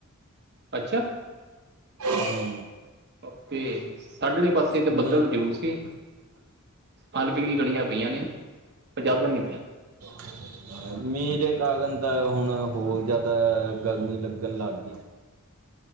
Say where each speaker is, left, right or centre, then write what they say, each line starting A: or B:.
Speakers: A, on the right; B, on the right.
A: ਅੱਛਾ।
B: ਹਮ।
A: ਓਕੇ, ਸਾਢੇ ਆਲੇ ਪਾਸੇ ਤਾਂ
B: ਮੀਂਹ
A: ਬੱਦਲ ਜ਼ਰੂਰ ਸੀ। ਹਲ ਕਲੀਆਂ ਗਲੀਆਂ ਪਈਆਂ ਨੇ ਪਰ ਜ਼ਿਆਦਾ ਨੀ
B: <inaudible> ਮੀਂਹ ਦੇ ਕਾਰਨ ਤਾਂ ਹੁਣ ਹੋਰ ਜ਼ਿਆਦਾਆ ਗਰਮੀ ਲੱਗਣ ਲੱਗ ਗਈ।